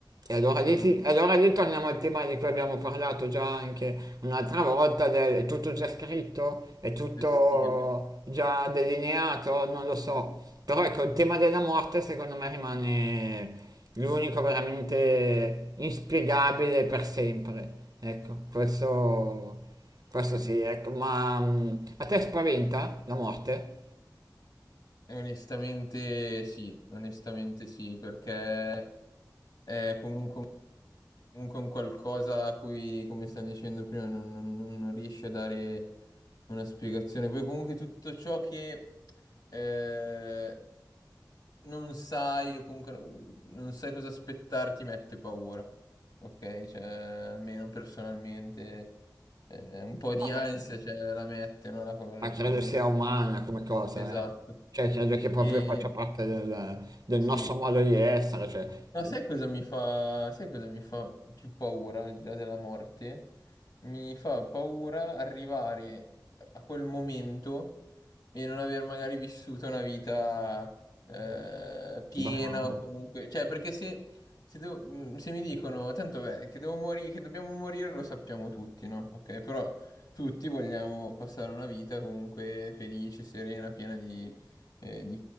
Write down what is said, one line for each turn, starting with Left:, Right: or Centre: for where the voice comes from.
Right: E allora lì,
Left: mamma,
Right: sì- allora lì torniamo al tema di cui abbiamo parlato già anche un'altra volta, del, è tutto già scritto, è tutto
Left: destino.
Right: già delineato, non lo so. Però ecco, il tema della morte secondo me rimane l'unico veramente inspiegabile per sempre. Ecco, questo, questo
Left: Mm.
Right: sì, ecco, ma mm, a te spaventa la morte?
Left: Onestamente sì, onestamente sì, perché è comunque Comunque un qualcosa a cui, come stanno dicendo prima, non, non- non- non riesce a dare una spiegazione. Poi comunque tutto ciò che eh, non sai o comunque non sai cosa aspettarti mette paura. Ok? Cioè, almeno personalmente eh, un po'
Right: Vabbè.
Left: di ansia cioè, la mette, no? La, co- l'ina-
Right: Ma credo sia umana come cosa,
Left: Esatto.
Right: eh. Cioè, credo che proprio
Left: Eh,
Right: faccia
Left: E
Right: parte del, del
Left: sì.
Right: nostro modo di essere, cioè...
Left: Ma sai cosa mi fa, sai cosa mi fa più paura al di là della morte? Mi fa paura arrivare a quel momento e non aver magari vissuto una vita eh, piena
Right: Bravo.
Left: o comunque, cioè perché se, se devo- mm, se mi dicono tanto beh, che devo morire, che dobbiamo morire lo sappiamo tutti, no? Ok, però tutti vogliamo passare una vita comunque felice, serena, piena di, eh, di